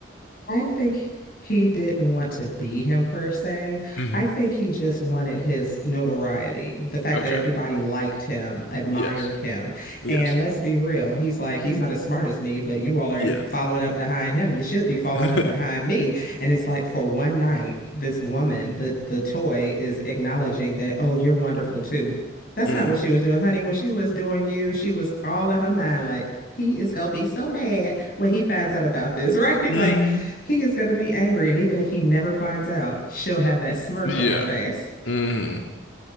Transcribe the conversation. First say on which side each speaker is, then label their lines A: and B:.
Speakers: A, on the left; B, on the left.
A: I think he didn't want to be him per se.
B: hmm
A: I think he just wanted his notoriety, the fact
B: Okay.
A: that everybody liked him, admired
B: Yes.
A: him.
B: Yes.
A: And let's be real, he's like, he's not as smart as me, but you all are
B: Yeah.
A: following up behind him. You should be following
B: <laughs>
A: up behind me. And it's like for one night, this woman, the the toy is acknowledging that, oh, you're wonderful too. That's
B: Mm.
A: not what she was doing, honey. When she was doing you, she was all in her mind, like, he is gonna be so mad when he finds out about this, right?
B: hmm
A: <laughs> like he is gonna be angry. And even if he never finds out, she'll have that smirk
B: Yeah.
A: on her face.
B: Mm,